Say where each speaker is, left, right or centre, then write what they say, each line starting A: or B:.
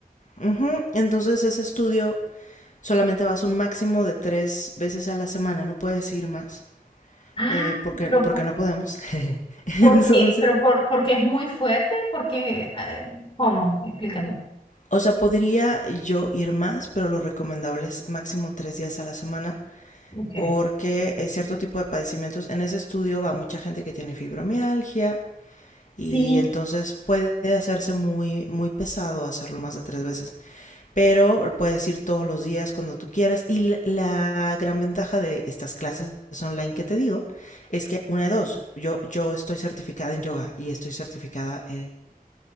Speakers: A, on the left (about 55°); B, on the left (about 35°).
A: ujú, entonces ese estudio solamente vas un máximo de tres veces a la semana, no puedes ir más,
B: Ah,
A: eh, porque,
B: pero
A: porque
B: po-
A: no podemos. <laughs>
B: ¿por
A: entonces,
B: qué? ¿Pero por, porque es muy fuerte? Porque, eh, ¿cómo? Explícame.
A: o sea, podría yo ir más, pero lo recomendable es máximo tres días a la semana.
B: Okay.
A: porque es cierto tipo de padecimientos. En ese estudio va mucha gente que tiene fibromialgia y
B: Sí.
A: entonces puede hacerse muy, muy pesado hacerlo más de tres veces, pero puedes ir todos los días cuando tú quieras y la gran ventaja de estas clases online que te digo es que una de dos, yo, yo estoy certificada en yoga y estoy certificada en,